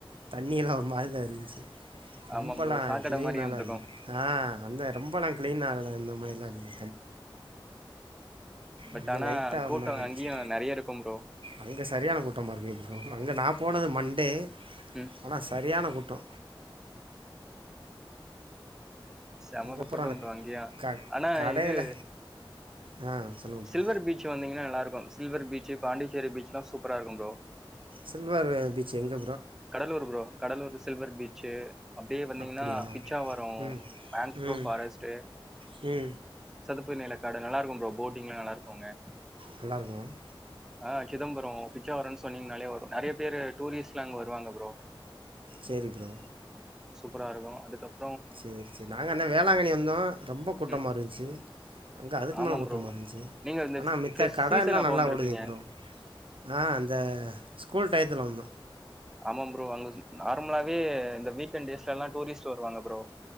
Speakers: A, on the right (about 75°); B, in the centre.
A: தண்ணியெல்லா ஒரு மாரி தா இருந்துச்சு
B: ஆமா
A: ரொம்பலாம்
B: ப்ரோ சாக்கட
A: க்ளீனாலாம்
B: மாரி இர்ந்
A: ஆ அந்த ரொம்பெல்லா க்ளீன் ஆகல இந்த மாரிலா இல்ல
B: பட்
A: கொஞ்சோ
B: ஆனா
A: லைட்டா ஒரு
B: கூட்டம்
A: மாத்ரி ஆய்ச்சு
B: அங்கேயும் நெறைய இருக்கும் ப்ரோ
A: அங்க சரியான கூட்டமாருக்கு எப்டி சொ அங்க நா போனது மண்டே
B: ம்
A: ஆனா சரியான கூட்டோ
B: செம
A: அதுக்கப்புறம்
B: கூட்டோ
A: அந்த
B: ப்ரோ அங்கியா
A: க
B: ஆனா
A: கடையில்
B: இது
A: ஆ சொல்லுங்கள் ப்ரோ
B: சில்வர் பீச்சு வந்தீங்கனா நல்லாருக்கு சில்வரு பீச்சு பாண்டிச்சேரி பீச்ல்லா சூப்பரா இருக்கு ப்ரோ
A: சில்வரு பீச் எங்க
B: Cuddalore bro Cuddalore silver beach அப்டியே வந்தீங்கனா
A: அப்படியா
B: பிச்சாவரோ
A: ம்
B: ஆங் க்ரூவ்
A: ம்
B: ஃபாரஸ்டு
A: ம்
B: சதுப்பு நிலக்காடு நல்லாருக்கு ப்ரோ போட்டிங்லா நல்லாருக்கு அங்க
A: நல்லாயிருக்கும்
B: ஆ சிதம்பரோ பிச்சா வரன் சொன்னீங்னாலே வ நறைய பேரு டூரிஸ்ட்லா அங்க வருவாங்க ப்ரோ
A: சேரி ப்ரோ
B: சூப்பரா இருக்கு அதுக்கப்
A: சேரி சேரி நாங்க அந்த வேளாங்கண்ணி வந்தோ ரொம்போ கூட்டமா
B: ம்.
A: இருந்ச்சு அங்க அதுக்கு
B: ஆமாம்
A: மேல கூட்டம
B: ப்ரோ.
A: இருந்ச்சு
B: நீங்க இந்த
A: ஆனா
B: ஃபெ
A: மித்த
B: ஃபெஸ்
A: கடை
B: சீசன்
A: எல்லா
B: அப்போ
A: நல்லா
B: வந்திருப்பீங்க.
A: ஓடுது ப்ரோ ஆ அந்த ஸ்கூல் டயத்துல் வந்தோ
B: ஆமாம் ப்ரோ அங்க நார்மலாவே இந்த வீக்கெண்ட் டேஸ்லெல்லா டூரிஸ்ட் வருவாங்க ப்ரோ